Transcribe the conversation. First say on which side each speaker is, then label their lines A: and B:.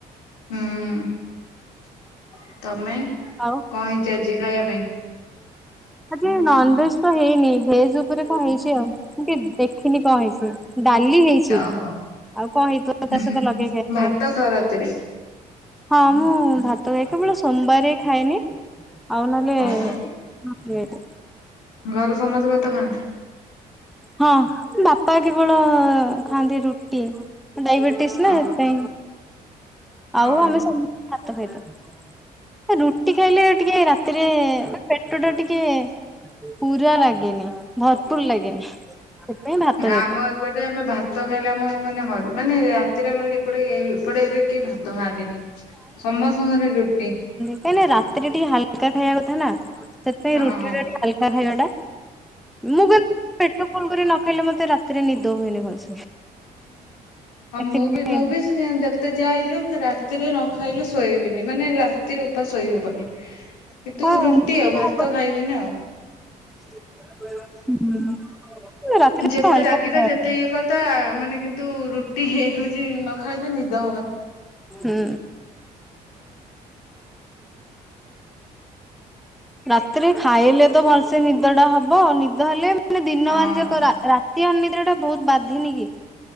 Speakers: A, on the left (about 70°); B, in the centre.
A: ହୁଁ ତମେ?
B: ଆଉ
A: କଣ ହେଇଛି ଆଜି ଖାଇବା ପାଇଁ?
B: ଆଜି ନନଭେଜ ତ ହେଇନି ଭେଜ ଉପରେ କଣ ହେଇଛି ଆଉ ମୁ ଟିକେ ଦେଖିନି କଣ ହେଇଛି। ଡାଲି ହେଇଛି।
A: ଓହୋ
B: ଆଉ କଣ ହେଇଥିବ
A: ହୁଁ
B: ତା ସହିତ
A: ହୁଁ।
B: ଲଗେଇ ଖାଇବାକୁ?
A: ଭାତ ଖାଅ ରାତିରେ
B: ହଁ ମୁଁ ଭାତ ଖାଏ କେବଳ ସୋମବାରେ ଖାଏନି ଆଉ ନହେଲେ
A: ଓହୋ
B: ପ୍ଲେଟ୍
A: ଘରେ ସମସ୍ତେ ଭାତ ଖାଆନ୍ତି?
B: ହଁ ବାପା କେବଳ ଖାଆନ୍ତି ରୁଟି ଡାଇବେଟି ଟିସ୍ ନା
A: ଓହୋ
B: ହେତିପାଇଁ। ଆଉ
A: ଓହୋ
B: ଆମେ ସମସ୍ତେ ଭାତ ଖାଇଦେଉ ଏ ରୁଟି ଖାଇଲେ ଟିକେ ରା ସେଥିରେ ପେଟ ଟା ଟିକେ ପୁରା ଲାଗେନି ଭରପୁର ଲାଗେନି। ସେଥିପାଇଁ ଭାତ
A: ନା
B: ଖାଇଥାଉ
A: ମ ଏପଟେ ଆମେ ଭାତ ଖାଇଲେ ଆମ ମାନେ ହ ମାନେ ରାତିରେ ଆମର ଏପଟେ ଏପଟେ ଏରିଆ କେହି ଭାତ ଖାଆନ୍ତିନି। ସମସ୍ତଙ୍କ ଘରେ ରୁଟି।
B: କାହିଁ ନା ରାତିରେ ଟିକେ ହାଲକା ଖାଇବା କଥା ନା ସେଥିପାଇଁ
A: ହଁ
B: ରୁଟିଟା
A: ହଁ।
B: ଟିକେ ହାଲକା ଖାଇବାଟା। ମୁଁ କିନ୍ତୁ ପେଟ ଫୁଲ କରି ନ ଖାଇଲେ ମତେ ରାତିରେ ନିଦ ହୁଏନି ଭଲସେ। ସେଥିପାଇଁ
A: ମୁଁ ବି ମୁଁ ବି ଯେତେ ଯାହା ହେଇଯାଉ ରାତିରେ ନ ଖାଇଲେ ଶୋଇବିନି ମାନେ ରାତିରେ ଓପାଷ ଶୋଇହବନି। କିନ୍ତୁ
B: ହଁ
A: ରୁଟି ଆଉ ଭାତ
B: ହବ।
A: ଖାଇବିନି ଆଉ।
B: ହୁଁ ରାତିରେ
A: ଯେତେ
B: ତ ହାଲକା
A: ରାଗି
B: ଖାଇବା।
A: ଥା ଯେତେ ଇଏ କରି ତା ମାନେ କିନ୍ତୁ ରୁଟି ହଉଛି ନ ଖାଇଲେ ନିଦ ହବନି।
B: ହୁଁ ରାତିରେ ଖାଇଲେ ତ ଭଲସେ ନିଦଟା ହବ ନିଦ ହେଲେ ମାନେ ଦିନମାନ
A: ହଁ
B: ଯାକ ରା ରା ରାତି ଅନିଦ୍ରାଟା ବହୁତ ବାଧିନି କି